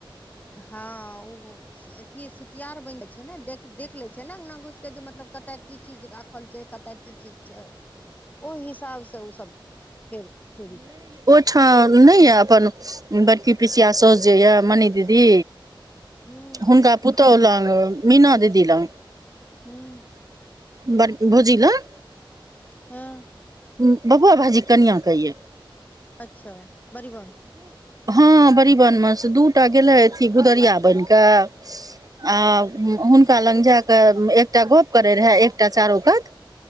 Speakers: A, on the left; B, on the right.
A: हँ ओ अथ सटियाार बनि जा छै ने देख देख लै छै ने अंगना घुसके जे मतलब कतय की चीज राखल छै कतय की चिज छै ओहि हिसाबसँ ओसभ फेर चोरी करै छै
B: ठा नहि यऽ अपन बड़की पिसिया सौस जे यए मनी दीदी
A: हूँ
B: हुनका पुतोहु लग मीना दीदी लग
A: हँ
B: बङकी भोजी लग
A: हँ
B: बबुआ भाईजी कनिआ कए या
A: अच्छा बड़ीबन
B: हँ बड़बनमे से दू टा गेलै अथी गुदरिया बनि कऽ आ हुनका लग जा कऽ एकटा गप करैत रहए एकटा चारू कात